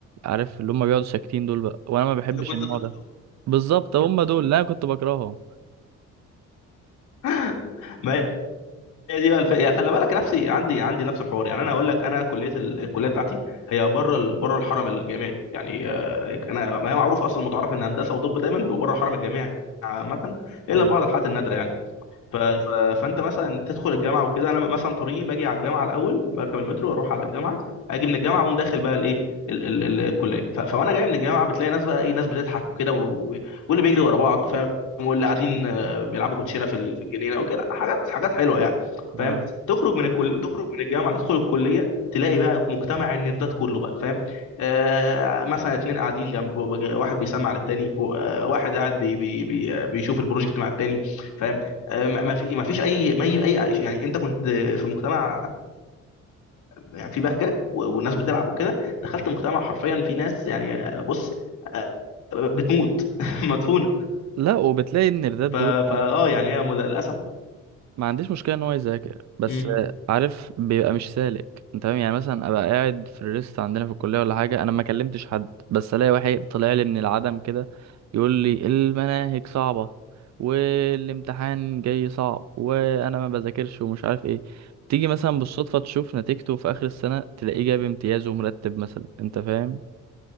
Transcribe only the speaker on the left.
اللي كنت
بتكرهه
<laughs> ما هي دي بقى الف... يعني خلي بالك نفسي عندي عندي نفس الحوار يعني انا هقول لك انا كليه ال- الكليه بتاعتي هي بره ال... بره الحرم الجامعي يعني آه، انا ما هي معروف اصلا متعارف ان هندسه وطب دايما بيبقوا بره الحرم الجامعي عامة إلا
في بعض الحالات النادرة يعني ف... ف... فانت مثلا تدخل الجامعه وكده انا مثلا طريقي باجي على الجامعه الاول بركب المترو واروح على الجامعه اجي من الجامعه واقوم داخل بقى الايه ال... ال... ال- الكليه ف... فوانا جاي من الجامعه بتلاقي ناس بقى ايه ناس بتضحك وكده و... واللي بيجري ورا بعض فاهم واللي قاعدين
آه، بيلعبوا كوتشينه في ال- في الجنينه وكده حاجات حاجات حلوه يعني
فاهم تخرج من الكل تخرج من الجامعه تدخل الكليه تلاقي بقى مجتمع النيردات كله بقى فاهم آه مثلا اتنين قاعدين جنب واحد بيسمع للتاني و- آه، واحد قاعد بي بي بي آه، بيشوف البروجكت مع التاني فاهم آه، ما ما في ما فيش اي ما اي أي- يعني انت كنت في مجتمع يعني في بهجه و- والناس بتلعب وكده دخلت مجتمع حرفيا في ناس يعني آه، بص آه، بتموت <laughs> مدفونه
ف فا اه يعني هي مد- للاسف
مم.